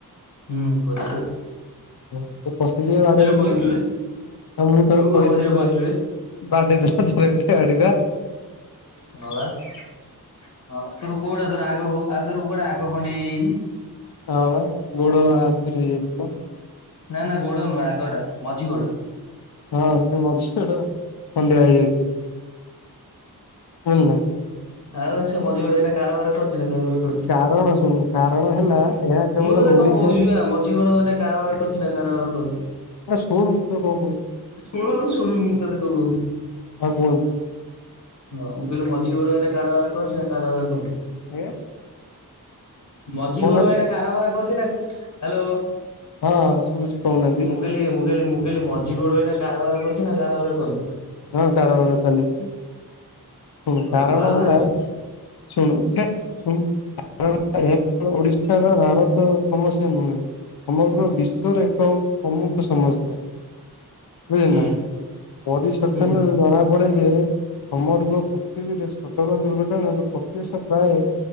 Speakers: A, on the left; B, on the left.
A: ହୁଁ ପଶିଯିବେ।
B: ହ ସେ ପଶିଯିବେ ବାଡ଼େ ହେଇକି
A: ପଇଥିଲୁ ବେ
B: ଆଉ ମୁଁ ଥରେ
A: ତୁ ପା
B: ପଡ଼ିଥିଲି
A: ମଝିରେ
B: ବାଡ଼େ
A: ପଇଥିଲୁ ବେ
B: ବାଡ଼େଇ <unintelligible> ଗୋଟେ ଗାଡ଼ି ପା।
A: ହଁ ବା ହଁ ବା ତୋର କୋଉଟା ଯୋଉରା ଆଗକୁ ଆଉ ତୋର କୁଆଡ଼େ ଆଗ ଖଣ୍ଡିଆ ହେଇଯାଇଚି?
B: ହଁ ବା ଗୋଡ଼ ଆଞ୍ଚୁରି ହେଇଯାଇଥିଲା।
A: ନା ନା ଗୋଡ଼ ନୁହୁଁ ଆଗଟା ମଝି ଗୋଡ଼।
B: ହଁ ସେ ମଝି ଗୋଡ଼ ଖଣ୍ଡିଆ ହେଇଯାଇଥିଲା।
A: ଆଉ ସେ ମଝି ଗୋଡ଼ ଏଇନା କାରବାର କରୁଚି ନା କାରବାର କରୁ
B: କାରଣ ଶୁଣୁ କାରଣ ହେଲା ଏହା କେବଳ
A: ମୁଁ ତତେ
B: ଓଡିଶା
A: କଣ କହୁଚି ପା ମଝି ଗୋଡ଼ ଏଇନା କାରବାର କରୁଚି ନା କାରବାର କରୁନି?
B: ଆରେ ଶୁଣୁ ମୋ ତତେ କଣ କହୁଚି?
A: ଶୁଣୁନ ଶୁଣୁନ ମୁଁ ତତେ କଣ କହୁଥିଲି?
B: ଆଉ କୁହନି
A: ହଁ ମୁଁ କହିଲି ମଝି ଗୋଡ଼ ଏଇନା କାରବାର କରୁଚି ନା କାରବାର କରୁନି?
B: ଆଜ୍ଞା
A: ମଝି
B: କହୁନାହାନ୍ତି
A: ଗୋଡ଼ ଏଇନା କାରବାର କରୁଚି ନା ହାଲୋ
B: ହଁ। ଶୁବୁଚି କହୁନା?
A: ମୁଁ କହିଲି ମୁଁ କହିଲି ମୁଁ କହିଲି ମଝି ଗୋଡ଼ ଏଇନା କାରବାର କରୁଚି ନା କାରବାର କରୁନି?
B: ହଁ କାରବାର ଚାଲିଚି ଶୁଣୁ
A: ଓହୋ
B: କାରଣ
A: ମାଲ ବାହାରୁଛି
B: ହେଲା ଶୁଣୁ ହେ ଶୁଣୁ ଏହା କେବଳ ଓଡ଼ିଶାର ଭାରତର ସମସ୍ୟା ନୁହେଁ ସମଗ୍ର ବିଶ୍ୱର ଏକ ପ୍ରମୁଖ ସମସ୍ୟା। ବୁଝିଲ
A: ହୁଁ
B: ନା ବଡି <unintelligible>
A: ହୁଁ
B: ଜଣା ପଡେ ଯେ ସମଗ୍ର ପୃଥିବୀରେ ସଡ଼କ ଦୁର୍ଘଟଣାରୁ ପ୍ରତି ବର୍ଷ ପ୍ରାଏ